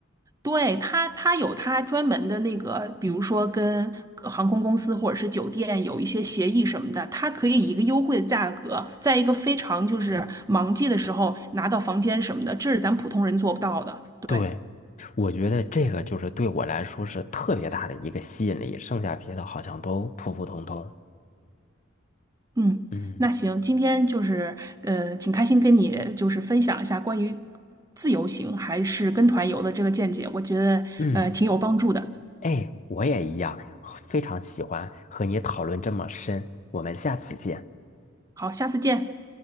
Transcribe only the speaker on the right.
对他他有他专门的那个，比如说跟航空公司或者是酒店有一些协议什么的，他可以以一个优惠的价格，在一个非常就是忙季的时候拿到房间什么的，这是咱普通人做不到的。对。
嗯，
那行，今天就是呃，挺开心跟你就是分享一下关于自由行还是跟团游的这个见解，我觉得呃挺有帮助的。
好，下次见。